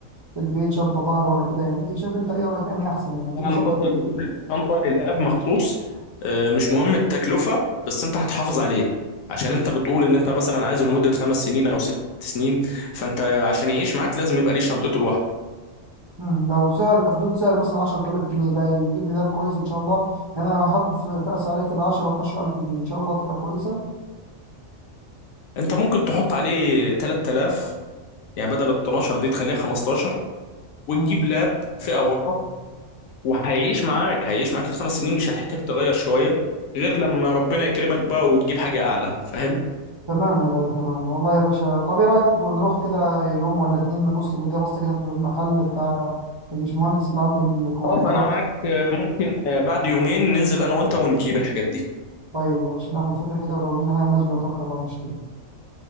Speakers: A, on the right (about 25°); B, on the left (about 80°).
A: في البيت شنطة ظهر ولا كده يعني إيه شايف انت ايه رأيك اني احسن يعني اجيب
B: انا
A: شنطة
B: افضل تجيب شنطه للاب مخصوص آه، مش مهم التكلفه بس انت هتحافظ عليه عشان انت بتقول ان انت مثلا عايزه لمده خمس سنين او ست سنين فانت عشان يعيش معاك لازم يبقى ليه شنطته لوحده
A: مم، لو بسعر حدود سعر مثلا 10000 جنيه ده يجيب لي لاب كويس ان شاء الله يعني انا هحط في فئة سعرية كده 10 12000 جنيه ان شاء الله تبقى كويسة
B: انت ممكن تحط عليه 3000 يعني بدل ال 12 دي تخليها 15 وتجيب
A: مم.
B: لاب
A: <laughs>
B: فئه وسط وهيعيش معاك هيعيش معاك الخمس سنين مش هتحتاج تغير شويه غير لما ربنا يكرمك بقى وتجيب حاجه اعلى فاهم
A: تمام يا غالي تمام والله يا باشا طب ايه رايك نروح كده يوم ولا اتنين نبص نديها بصه كده في المحل بتاع البشمهندس اللي عنده الكمبيوترات
B: خلاص انا معاك آه، ممكن آه، بعد يومين ننزل انا وانت ونجيب الحاجات دي
A: طيب يا باشا ناخد فكره كده ولو لقينا حاجه مناسبه نتوكل الله ونشتري